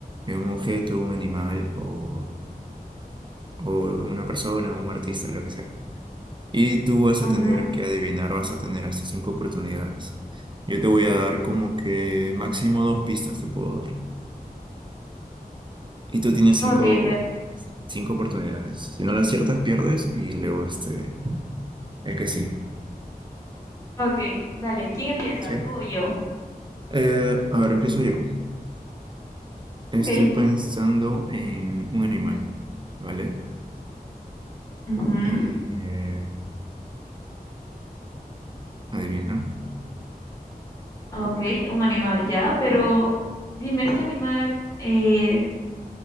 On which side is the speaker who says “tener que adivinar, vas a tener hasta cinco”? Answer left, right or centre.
Right